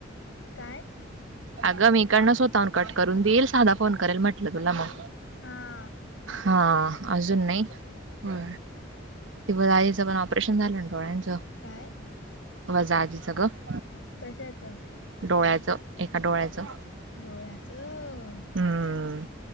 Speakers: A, on the left (about 70°); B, on the right (about 75°).
A: काय?
B: अगं मी इकडनं स्वतःहून कट करून देईल साधा फोन करेल म्हटलं तुला मग
A: हा
B: हा अजून नाही हु ते उगच आईचं पण ऑपरेशन झालं ना डोळ्यांचं
A: काय
B: मज आजी गप
A: कशाचं
B: डोळ्याचं एका डोळ्याचं
A: डोळ्याचं -अ
B: हम्म